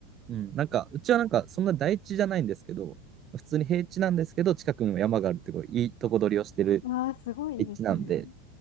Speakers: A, on the right; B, on the left.
A: うん。なんか、うちはなんか、そんな大地じゃないんですけど、普通に平地なんですけど、近くにも山があるってこう、いいとこ取りをしてる
B: ああ、すごいいいですね。
A: 立地なんで、